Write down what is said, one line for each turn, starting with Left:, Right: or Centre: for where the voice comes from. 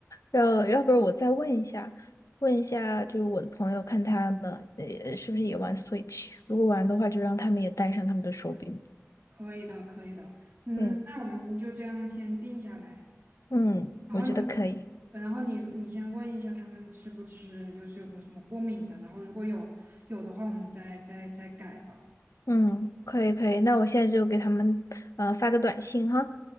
Left: 要要不然我再问一下，问一下就是我的朋友，看他们呃是不是也玩 Switch，如果玩的话，就让他们也带上他们的手柄。
Right: 可以的，可以的。嗯，
Left: 嗯
Right: 那我们就这样先定下来。
Left: 嗯，
Right: 然后你，
Left: 我觉得可以。
Right: 然后你你先问一下他们吃不吃，就是有没有什么过敏的，然后如果有有的话，我们再再再改吧。
Left: 嗯，可以可以，那我现在就给他们呃发个短信哈。